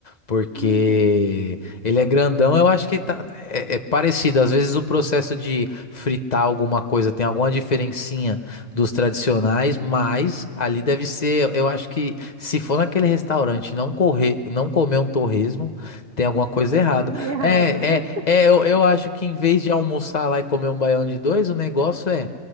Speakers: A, on the left (about 35°); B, on the right (about 50°).
A: porque
B: Uhum.
A: ele é grandão, eu acho que tá, é, é parecido. Às vezes o processo de fritar alguma coisa tem alguma diferencinha dos tradicionais, mas ali deve ser, eu acho que se for naquele restaurante e não correr, não comer um torresmo, tem alguma
B: Meu
A: coisa
B: Deus,
A: errada.
B: foi errado.
A: É,
B: <laughs>
A: é, é, eu, eu acho que em vez de almoçar lá e comer um baião de dois, o negócio é